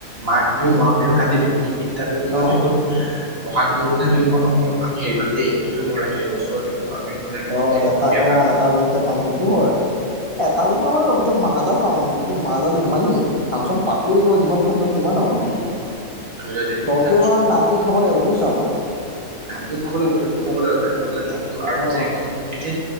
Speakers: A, on the right; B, on the left.
A: মাঘবিহু,
B: উম
A: বহাগবিহু, কাতিবিহু। এই তিনিটা বিহুত ধৰি ল
B: অ
A: আমি অকল বহাগ বিহুটোতহে‌ আমি অ অ আমি হেৰি পাম দেই, সেইটো কিন্তু মনত ৰাখিবি। বছৰত কিন্তু বহাগ বিহুটোতে আমি অকল
B: অ
A: হেৰি পাম
B: এটা
A: প্ৰগ্ৰেম
B: অ
A: পাম।
B: এটা বিহুতে পাম, সেইটোও হয়। এটা
A: উম
B: বুলি নহয় অ', গোটেই মাহডাল পাম আমি, গোটেই মাহডাল ধেমালি নেকি? ফাংচন পাতি থাকিব যিমান ফাংচন কিমান ডাঙৰ বিহু?
A: উম উম ধৰি লোৱা এতিয়া
B: দলটোৰ
A: কথা এটা কৈছো
B: এইবাৰ নামটো উঠাব লাগিব বুইছ তোমাৰ।
A: নামটো উঠাব লাগিব নামটো উঠাব লাগিব <unintelligible> নহ'লে নামটো আৰু
B: অ
A: যে একদম একে।